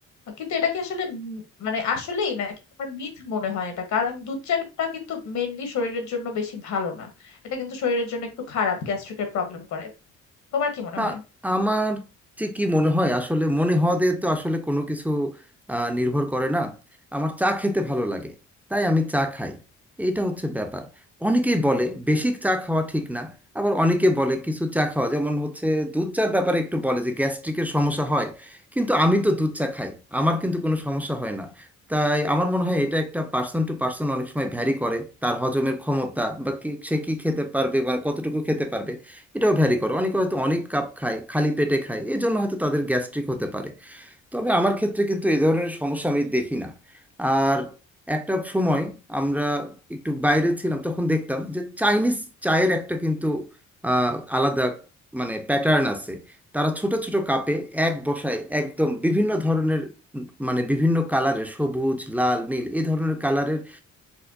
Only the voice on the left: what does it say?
কিন্তু এটা কি আসলে উম মানে আসলেই নাকি তোমার মিথ মনে হয় এটা কারণ দুধ চাটা কিন্তু মেইনলি শরীরের জন্য বেশি ভালো না এটা কিন্তু শরীরের জন্য একটু খারাপ গ্যাস্ট্রিকের প্রবলেম করে তোমার কি মনে
হয়